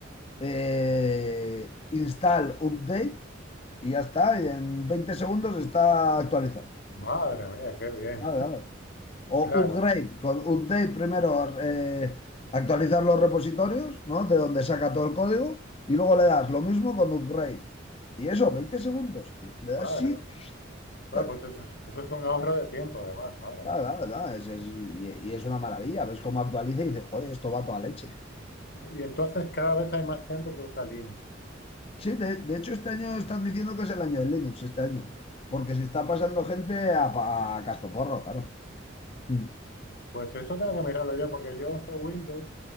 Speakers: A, on the left; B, on the left.
A: eh, install update y ya está. Y en 20 segundos está actualizado.
B: madre mía, qué bien,
A: Claro, claro.
B: <laughs>
A: O
B: claro,
A: upgrade, con update primero eh, actualizar los repositorios, ¿no? De donde saca todo el código y luego le das lo mismo con upgrade. Y eso, 20 segundos, tío. Le
B: madre
A: das sí,
B: mía. Bueno,
A: tac.
B: pues eso es, eso es un ahorro de tiempo además, madre
A: Claro,
B: mía.
A: claro, claro, es- es- y, y es una maravilla. Ves cómo actualiza y dices, joder, esto va a toda leche.
B: Y entonces cada vez hay más gente que usa Linux.
A: Sí, de, de hecho este año están diciendo que es el año de Linux, este año, porque se está pasando gente a, pa- a cascoporro, claro. Mm,
B: Pues eso tengo que mirarlo yo, porque yo uso Windows